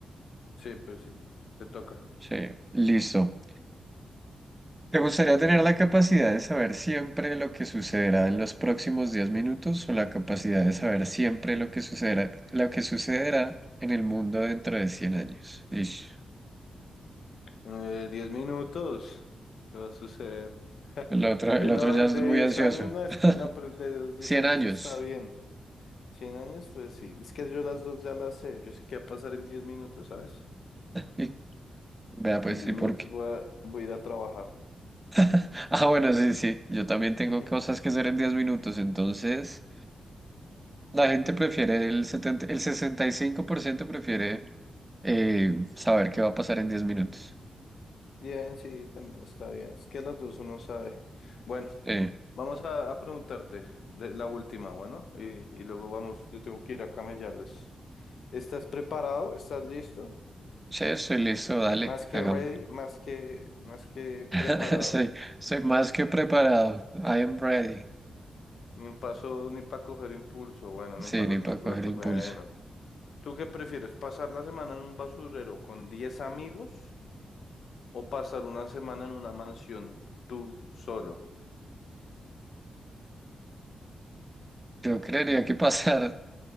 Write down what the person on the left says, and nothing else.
Sí, pues sí, te toca.
Eh, diez minutos. ¿Qué va a suceder? <laughs>
Eh,
no,
el
de
10
años, no, es
que, no, pero el de los 10
años
está bien. cien años, pues sí. Es que yo las dos ya las sé. Yo sé qué va a pasar en 10 minutos, ¿sabes?
En 10
minutos
voy a, voy a ir a trabajar.
<laughs>
Bien, sí, también está bien. Es que las dos uno sabe. Bueno,
vamos a, a preguntarte de la última, bueno, y, y luego vamos, yo tengo que ir a camellarles. ¿Estás preparado? ¿Estás listo?
Más que
ready, más que, más que
preparado.
Ni un paso ni para coger impulso, bueno,
ni un paso
atrás
para...
co-
Bueno, ¿tú qué prefieres? ¿Pasar la semana en un basurero con 10 amigos o pasar una semana en una mansión tú solo?